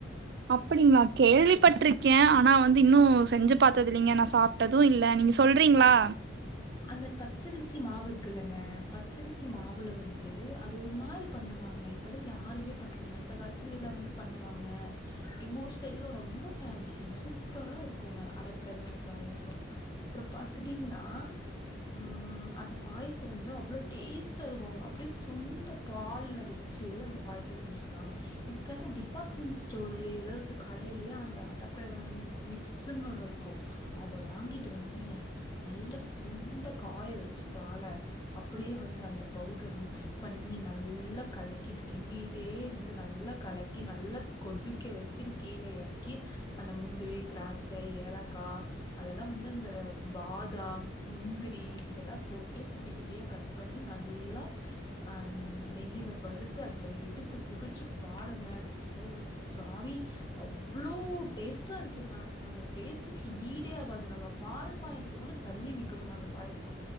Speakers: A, on the right; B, on the left.
A: அப்டிங்ளா கேள்விப்பட்டிருக்கே ஆனா வந்து இன்னு செஞ்சு பாத்ததில்லைங்க நா சாப் டதூ இல்ல நீங்க சொல்றீங்ளா
B: அந்த பச்சரிசி மாவு இருக்குல்லங்க பச்சரிசி மாவுல வந்து அது ஒரு மாரி பண்ணுவாங்க இப்பல்லா யாருமே பண்றதில்ல அந்த காலத்துல எல்லா வந்து பண்ணுவாங்க எங்க ஊர் சைடுலா ரொம்ப ஃபேமஸுங்க சூப்பரா இருக்குங்க அடப்ரதமர் பாயாசோ அப்றோ பாத்துட்டீங்ன்னா ம் அந்த பாயசோ வந்து அவ்ளோ டேஸ்டா இருக்குங்க அப்டே சுண்ட பால்ல வச் சு அந்த பாயச செஞ்சிருப்பாங்க இப்ப டிபாட்மெண்ட் ஸ்டோரு எதாது கடைலயே அந்த அடப்ரதமன் மிக்ஸுன் ஒண்ணு இருக்கு அத வாங்கிட்டு வந்துங்க நல்ல சுண்ட காய வச்சு பால அப்டியே வந்து அந்த பவுட்ர மிக்ஸ் பண்ணி நல்லா கலக்கிட்டு கிண்டிட்டே இருந்து நல்லா கலக்கி நல்லா கொதிக்க வச்சுரு கீழ எறக்கி அந்த முந்திரி த்ராட்சை ஏலக்கா அதெலா வந்து இந்த பாதாம் முந்திரி இதலா போட்டு குட்டி குட்டியா கட் பண்ணி நல்லா அ நெயில வறுத்து அதுல எடுத்து குடிச்சு பாருங்க சோ சுவாமி அவ்ளோ டேஸ்ட்டா இருக்குங்க அந்த டேஸ்டுக்கு ஈடே ஆகாது நம்ம பால் பாயசங் கூட தள்ளி நிக்கணுங்க அந்த பாயச